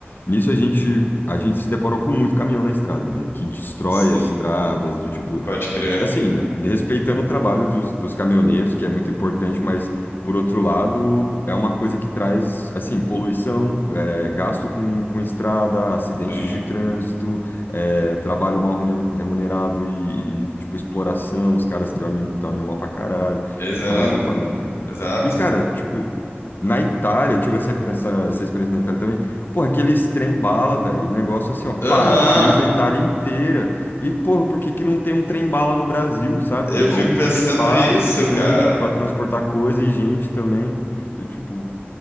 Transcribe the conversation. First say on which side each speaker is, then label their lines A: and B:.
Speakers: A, on the left (about 55°); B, on the left (about 70°).
A: nisso a gente, a gente se deparou com muito caminhão na estrada, né? Que destrói
B: Sim,
A: as estradas, do tipo,
B: pode crer.
A: assim, respeitando o trabalho dos, dos caminhoneiros, que é muito importante, mas por outro lado, é uma coisa que traz, assim, poluição, é, gasto com, com estrada, acidentes
B: Sim.
A: de trânsito é, trabalho mal rene- remunerado e, e, tipo, exploração, os caras dormem, dormem mal pra caralho,
B: Exato,
A: fica longe da família, enfim.
B: exato.
A: E, cara, tipo, na Itália, eu tive essa, essa, essa experiência na Itália também, porra, aqueles trem bala, velho, o negócio assim, ó, pá,
B: Aham.
A: cruza a Itália inteira, e, porra, por que que não tem um trem bala no Brasil, sabe?
B: Eu
A: Ou
B: fico
A: um
B: pensando
A: trem básico,
B: isso,
A: assim,
B: cara.
A: tipo, pra transportar coisa e gente também, do tipo,